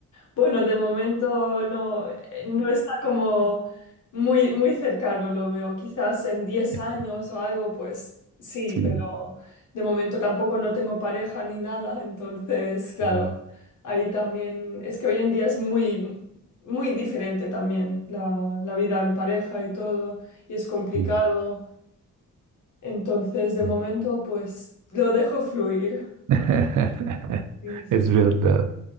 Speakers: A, on the left; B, on the right.
A: Bueno, de momento no, eh, no está como muy, muy cercano, lo veo. Quizás en 10
B: <laughs>
A: años o algo, pues sí,
B: Sí,
A: pero de momento tampoco no tengo pareja ni nada. Entonces, claro,
B: sí,
A: ahí también es que hoy en día es muy, muy diferente también la, la vida en pareja y todo, y es complicado.
B: sí,
A: Entonces, de
B: sí.
A: momento, pues lo dejo fluir.
B: <laughs>
A: Sí, sí,
B: Es
A: sí.
B: verdad.